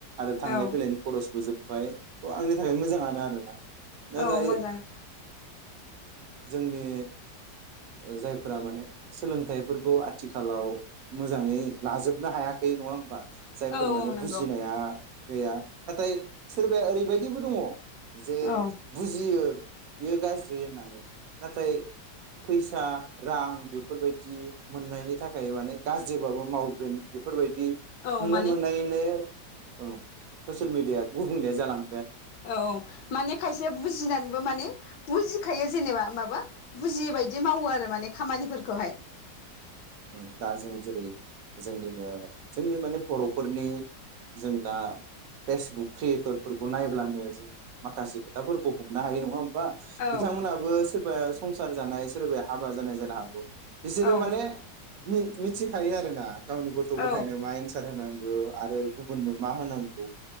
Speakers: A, on the right; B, on the left.
A: आरो थांलाय
B: औ
A: फैलायनि खरसबो जोब बाय थ' आंनि थाखाय मोजाङानो आरोना। नाथाय
B: औ मोजाङानो।
A: जोंनि जाय फोरा माने सोलोंथाइफोरखौ आथिखालाव मोजाङै लाजोबनो हायाखै नङा होमबा? जायफोर
B: औ
A: माने
B: औ नंगौ
A: बुजिनाया गैया नाथाय सोरबाया ओरैबायदिबो दङ जे
B: औ
A: बुजियो बियो गाज्रि होननानै नाथाय फैसा रां बेफोरबायदि मोननायनि थाखाय माने गाज्रिबाबो मावगोन बेफोरबाय दि
B: औ
A: नुनो
B: माने
A: मोननायनो औ ससियेल मिडिया गुबुंले जालां‌
B: औ माने खायसेया बुजिनानैबो माने बुजि खायो जेनेबा होमबाबो बुजियै बायदि मावो आरो माने खामानिफोरखौहाय।
A: उम दा जों जेरै जोंनिनो जोंनि माने बर'फोरनि जों दा फेसबुक क्रियेटरफोरखौ नायब्लानो जों माखासे खोथाफोरखौ हमनो हायो नङा होम बा
B: औ
A: बिथांमोनाबो सोरबा संसार जानाय सोरबाया हाबा जानाय जानो हागौ बिसोरो
B: औ
A: माने मि-मिथिखायो आरोना गावनि गथ'
B: औ
A: गथायनो मा‌ एनसार होनां गौ आरो गुबुननो मा होनांगौ